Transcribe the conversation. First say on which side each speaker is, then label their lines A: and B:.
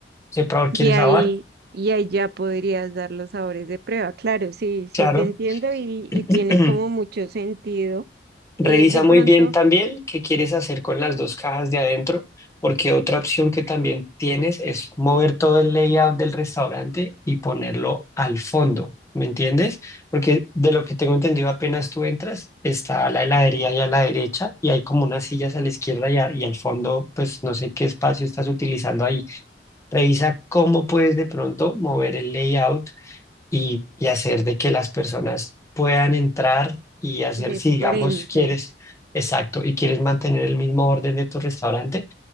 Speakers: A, on the left (about 15°); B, on the right (about 60°).
A: ¿Qué sabor
B: Y
A: quieres
B: ahí,
A: sabor?
B: y ahí ya podrías dar los sabores de prueba. Claro, sí, sí
A: Claro.
B: te entiendo y, y tiene
A: <clears throat>
B: como mucho sentido.
A: Revisa
B: Eh, de pronto,
A: muy bien también qué quieres hacer con las dos cajas de adentro, porque otra opción que también tienes es mover todo el layout del restaurante y ponerlo al fondo, ¿me entiendes? Porque de lo que tengo entendido, apenas tú entras, está la heladería ahí a la derecha y hay como unas sillas a la izquierda y, a- y al fondo, pues no sé qué espacio estás utilizando ahí. Revisa cómo puedes de pronto mover el layout y, y hacer de que las personas puedan entrar y hacer,
B: de
A: si digamos
B: frente.
A: quieres, exacto, y quieres mantener el mismo orden de tu restaurante,